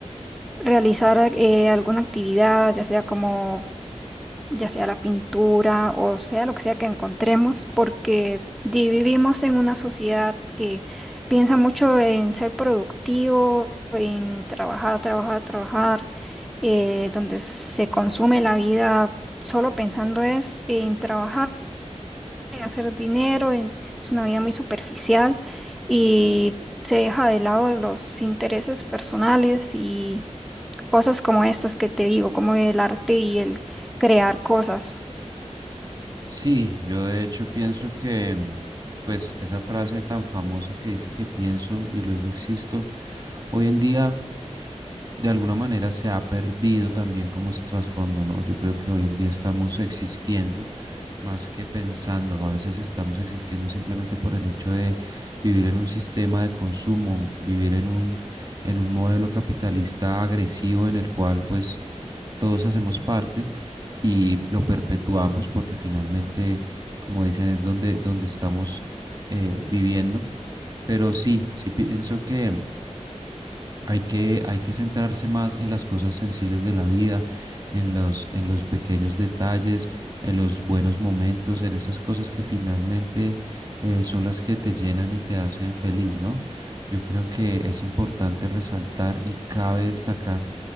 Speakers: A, in the centre; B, on the right.
A: realizar eh, alguna actividad, ya sea como, ya sea la pintura o sea lo que sea que encontremos, porque di- vivimos en una sociedad que piensa mucho en ser productivo. en trabajar, trabajar, trabajar, eh, donde se consume la vida solo pensando es en trabajar en hacer dinero, en, es una vida muy superficial y se deja de lado los intereses personales y cosas como estas que te digo, como el arte y el crear cosas.
B: Sí, yo de hecho pienso que, mm, pues, esa frase tan famosa que dice que pienso y luego existo, hoy en día de alguna manera se ha perdido también como ese trasfondo, ¿no? Yo creo que hoy en día estamos existiendo más que pensando, a veces estamos existiendo simplemente por el hecho de vivir en un sistema de consumo, vivir en un, en un modelo capitalista agresivo en el cual, pues, todos hacemos parte y lo perpetuamos porque finalmente, como dicen, es donde, donde estamos eh, viviendo. Pero sí, sí pienso que hay que, hay que centrarse más en las cosas sencillas de la vida, en los, en los pequeños detalles, en los buenos momentos, en esas cosas que finalmente eh, son las que te llenan y te hacen feliz, ¿no? Yo creo que es importante resaltar y cabe destacar